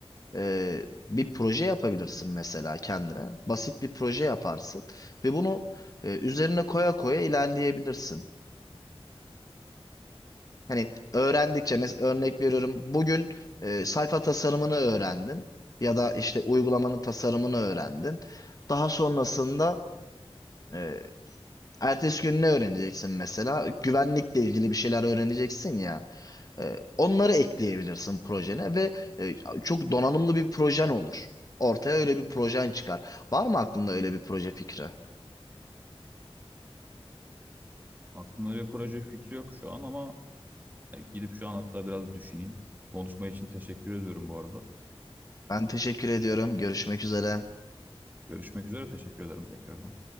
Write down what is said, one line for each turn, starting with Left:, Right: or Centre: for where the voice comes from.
Left: Ee, bir proje yapabilirsin mesela kendine. Basit bir proje yaparsın ve bunu e, üzerine koya koya ilerleyebilirsin. Hani öğrendikçe mesela örnek veriyorum bugün e, sayfa tasarımını öğrendin ya da işte uygulamanın tasarımını öğrendin. Daha sonrasında e, ertesi gün ne öğreneceksin mesela? Güvenlikle ilgili bir şeyler öğreneceksin ya. E, onları ekleyebilirsin projene ve e, çok donanımlı bir projen olur. Ortaya öyle bir projen çıkar. Var mı aklında öyle bir proje fikri?
Right: Aklımda öyle bir proje fikri yok şu an ama e, gidip şu an hatta biraz düşüneyim. Konuşma için teşekkür ediyorum bu arada.
Left: Ben teşekkür ediyorum. Görüşmek üzere.
Right: Görüşmek üzere teşekkür ederim tekrardan.